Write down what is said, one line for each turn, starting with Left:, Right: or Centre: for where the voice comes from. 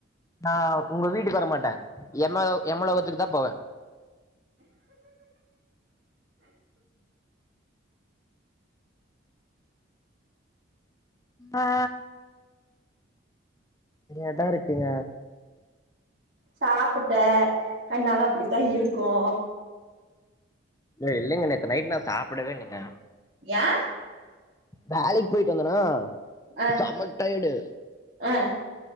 Left: ஆ உங்க வீட்டுக்கு வரமாட்டே எமலோ எமலோகத்துக்கு தா போவே ஆ எடோ இருக்குங்க
Right: சாப்பிட்டே அத்னால அப்படித்தா இருக்கோ
Left: ஏ இல்லைங்க நேத்து நைட் நா சாப்பிடவே இல்லைங்க
Right: யா
Left: வேலைக்கு போயிட்டு வந்தனா
Right: ஆ
Left: செம டையர்டு
Right: ஆ